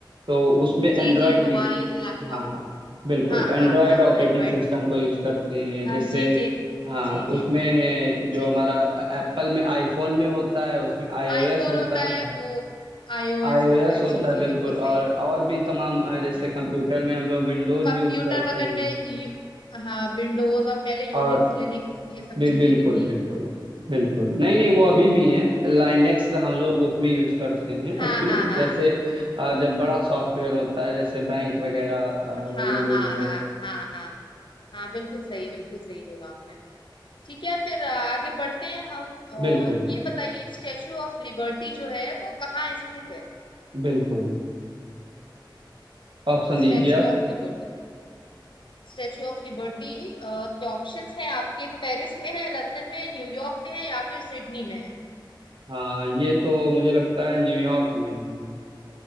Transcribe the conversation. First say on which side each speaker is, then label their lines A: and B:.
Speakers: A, on the right; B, on the left.
A: तो उसमें
B: जी
A: एंड्रॉयड
B: जी मोबाइल लैपटॉप
A: हाँ बिल्कुल
B: हाँ
A: एंड्रॉयड
B: हाँ हाँ
A: ऑपरेटिंग
B: एंड्रॉइड
A: सिस्टम को यूज करते हैं
B: पर
A: जैसे
B: जी जी
A: हाँ
B: जी जी
A: उसमें जो
B: जी
A: हमारा एप्पल में आईफोन में होता है उसमें आईओएस
B: आईफोन
A: होता
B: होता है
A: है
B: वो आईओएस
A: आईओएस
B: होता है
A: होता
B: जी
A: है
B: जी
A: बिल्कुल
B: बिल्कुल सही
A: और
B: है।
A: और भी तमाम अ, जैसे
B: हाँ
A: कंप्यूटर में हम लोग विंडोज
B: कंप्यूटर
A: यूज करते
B: वगैरह
A: हैं
B: में यू, हाँ विंडोज और पहले
A: और
B: यूनिक्स लिनक्स ये सब
A: बि-
B: चीजें
A: बिल्कुल
B: भी थी
A: बिल्कुल बिल्कुल नहीं नहीं वो अभी भी है लाइनेक्स हम लोग उसमें यूज करते हैं
B: हाँ
A: एक्चुअली
B: हाँ हाँ
A: जैसे अ, जब बड़ा सॉफ्टवेयर होता है जैसे बैंक वगैरह अ, वाले
B: हाँ
A: लोग
B: हाँ
A: जो
B: हाँ
A: है
B: हाँ हाँ हाँ बिल्कुल सही बिल्कुल सही होगा आपने ठीक है फिर आ, आगे बढ़ते हैं हम और
A: बिल्कुल
B: ये बताइए स्टेचू ऑफ लिबर्टी जो है वो कहाँ स्थित है
A: बिल्कुल ऑप्शन
B: Statue
A: दीजिए आप
B: of liberty Statue of liberty के ऑप्शंस हैं आपके पेरिस में है लंदन में है न्यूयॉर्क में है या फिर सिडनी में है
A: हाँ ये तो मुझे लगता है न्यूयॉर्क में है